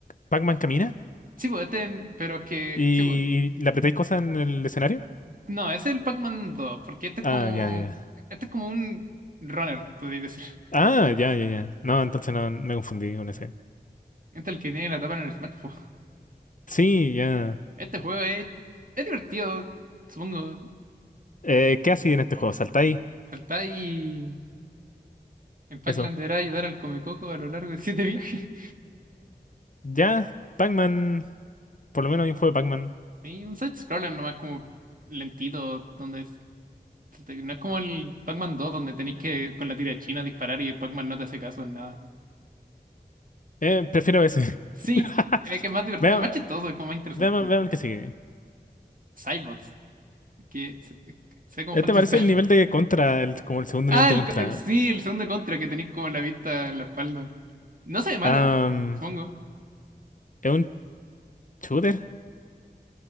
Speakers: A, on the left; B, on the right.
A: Pac-Man camina
B: Sí, pues este, pero es que,
A: y,
B: sí, pues,
A: y le apretáis cosas en el escenario.
B: No, ese es el Pac-Man 2 porque este es
A: Ah,
B: como.
A: ya, ya. ya.
B: Este es como un runner, podría decir. <laughs>
A: Ah, ya, ya, ya. No, entonces no me confundí con ese.
B: Este es el que tiene la tapa en el smartphone.
A: Sí, ya.
B: <laughs> Este juego es. Es divertido, supongo.
A: Eh, ¿qué hacéis en este juego? ¿Saltáis?
B: Saltar y. En Pac-Man
A: Eso.
B: deberá ayudar al Comecoco a lo largo de siete viajes. <laughs>
A: Ya, Pac-Man. Por lo menos hay un juego de Pac-Man.
B: Y un side-scroller nomás como lentito, donde es- no es como el Pac-Man 2 donde tenéis que con la tira china disparar y el Pac-Man no te hace caso en nada.
A: Eh, prefiero ese.
B: Sí,
A: <laughs>
B: es que es más divertido,
A: Veamos,
B: es más chistoso, es como más interesante.
A: veamos, veamos el que sigue.
B: Cybots, que se, se ve como
A: Este
B: fantasía.
A: parece el nivel de Contra, el- como el segundo
B: Ah,
A: nivel de
B: el,
A: Contra.
B: co- el- sí, el segundo contra que tenéis como la vista en la espalda. No se ve malo,
A: Am,
B: supongo.
A: ¿es un shooter?